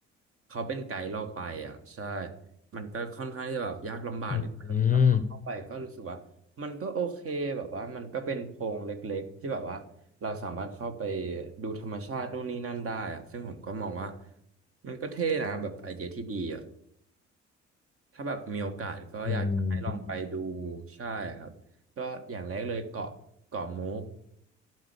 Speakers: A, on the right (about 40°); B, on the left (about 20°).
A: เขาเป็นไกด์เราไปอ่ะใช่มันก็ค่อนข้างที่จะแบบยากลำบากนิดนึงแต่ว่าเข้าไปก็รู้สึกว่ามันก็โอเคแบบว่ามันก็เป็นโพรงเล็กๆที่แบบว่าเราสามารถเข้าไป
B: อืม
A: ดูธรรมชาตินู่นนี่นั่นได้อ่ะซึ่งผมก็มองว่ามันก็เท่นะแบบไอเดียที่ดีอ่ะถ้าแบบมีโอกาสก็อยากจะให้ลองไปดู
B: อืม
A: ใช่ครับก็อย่างแรกเลยเกาะเกาะมุก